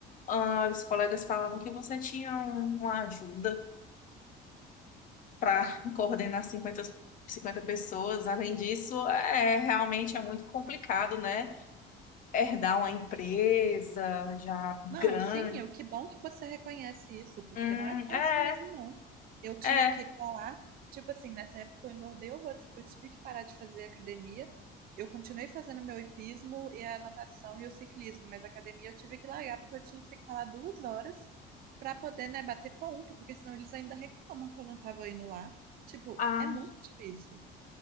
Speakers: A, on the left; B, on the right.
A: ah, os colegas falavam que você tinha um- uma ajuda para <laughs> coordenar cinquenta cinquenta pessoas. Além disso, é realmente é muito complicado, né? Herdar uma empresa já
B: Não,
A: grande.
B: sim, eu, que bom que você reconhece isso, porque
A: Hum,
B: não é fácil
A: é,
B: mesmo, não. Eu tinha
A: é.
B: que ir pra lá, tipo assim, nessa época eu engordei horrores, porque eu tive que parar de fazer academia. Eu continuei fazendo meu hipismo e a natação e o ciclismo, mas a academia eu tive que largar porque eu tinha que ficar lá duas horas pra poder, né, bater ponto, porque senão eles ainda reclamam que eu não tava indo lá. Tipo,
A: Ah,
B: é muito difícil.